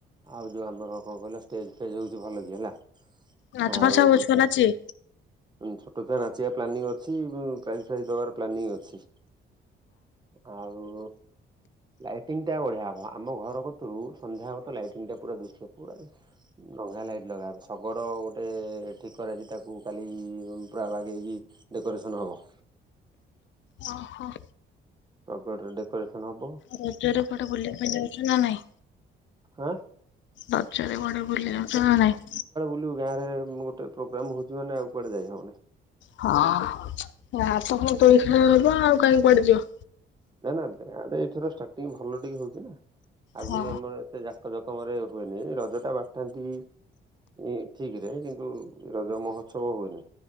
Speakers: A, on the right; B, on the left.
A: ଆଉ ଯୋଉ ଆମର କଣ କହିଲ ଟେଜ୍ ଫେଜ୍ ହଉଛି ଭଲ କି ହେଲା,
B: ନାଚ
A: ଆଉ
B: ଫାଚ ହବ
A: ହଉଛି
B: ଛୁଆ ନାଚିବେ?
A: ଉଁ, ଛୋଟ ଛୁଆ ନାଚିବା ପ୍ଲାନିଂ ଅଛି ଉ, ପ୍ରାଇଜ୍ ଫ୍ରାଇଜ୍ ଦବାର ପ୍ଲାନିଂ ଅଛି। ଆଉ ଲାଇଟିଂ ଟା ବଢିଆ ହବ, ଆମ ଘର କତୁରୁ ସନ୍ଧ୍ୟା ହବ ତ ଲାଇଟିଂ ଟା ପୁରା ଦୁଶିବ ପୁରା। ଲଙ୍ଘା ଲାଇଟ୍ ଲଗା ହବ, ଶଗଡ଼ ଗୋଟେ ଠିକ୍ କରାଯାଇଚି, ତାକୁ କାଲି ପୁରା ବାଗେଇକି ଡେକୋରେସନ୍ ହବ।
B: ଅଁ, ହଁ।
A: ଶଗଡରେ ଡେକୋରେସନ୍ ହବ।
B: ରଜରେ କୁଆଡେ ବୁଲିବା ପାଇଁ ଯାଉଛ ନା ନାହିଁ?
A: ଆଁ,
B: ରଜରେ କୁଆଡେ ବୁଲି ଯାଉଛ ନା ନାଇଁ?
A: ଥିଲୁ ଗାଁରେ ମୁଁ ଗୋଟେ ପ୍ରୋଗ୍ରାମ୍ ହଉଚି ମାନେ ଆଉ କୁଆଡେ ଯାଇ ହବନି।
B: ହଁ ଗାଁରେ ତ ହଉ ଦୋଳି ଖେଳ ହବ ଆଉ କାହିଁକି କୁଆଡେ ଯିବ।
A: ନା ନା ଗାଁରେ ଏଇଥର ଷ୍ଟାର୍ଟିଂ ଭଲ ଟିକେ ହଉଛି ନା, ଆଗରୁ
B: ହଁ
A: ଆମର ସେ ଜାକ ଜକମ ରେ ହୁଏନି, ରଜ ଟା ବାଟାନ୍ତି ଇଁ, ଠିକ୍ ରେ କିନ୍ତୁ ରଜ ମହୋତ୍ସବ ହୁଏନି।